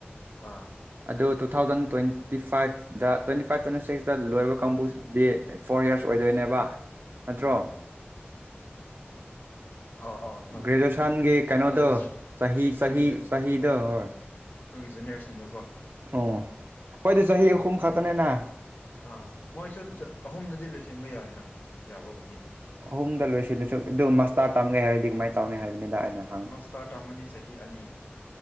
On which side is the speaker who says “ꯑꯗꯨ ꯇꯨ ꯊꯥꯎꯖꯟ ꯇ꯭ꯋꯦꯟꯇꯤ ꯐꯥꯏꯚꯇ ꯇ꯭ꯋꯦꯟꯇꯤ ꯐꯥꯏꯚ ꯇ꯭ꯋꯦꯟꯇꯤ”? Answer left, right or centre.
Right